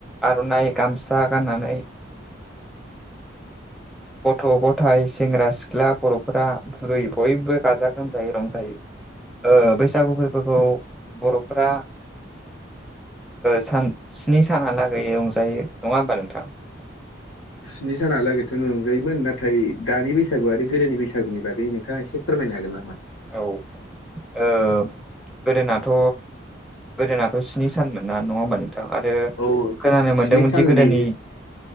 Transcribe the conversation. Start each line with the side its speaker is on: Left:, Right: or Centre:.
Centre: आर'नाइ गामसा गाननानै
Left: <inaudible>
Centre: गथ' गथाइ सेंग्रा सिख्ला बर'फोरा बुरै बयबो गाजा गोमजायै रंजायो बैसागु फोरबोखौ बर'फ्रा सान स्नि सानहालागै रंजायो नङा होमबा नोंथां
Left: स्नि सानालागैथ' नंजायोमोन नाथाय दानि बैसागु आरो गोदोनि बैसागुनि बागै नोंथाङा एसे फोरमायनो हागोन नामा?
Centre: औ ओ गोदोनाथ' गोदोनाथ' स्नि सानमोन ना नङा होमबा नों आरो
Left: औ
Centre: खोनानो मोनदोंमोनदि
Left: स्नि साननि
Centre: गोदोनि